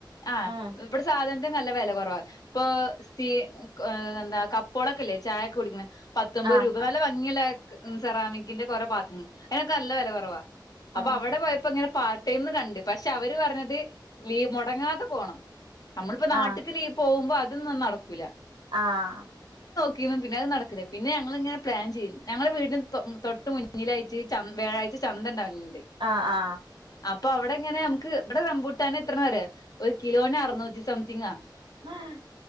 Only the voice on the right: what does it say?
ഉം
ആഹ്
ഉം
ആഹ്
ആഹ്
ആഹ്
ആഹ് ആഹ്
ആഹ്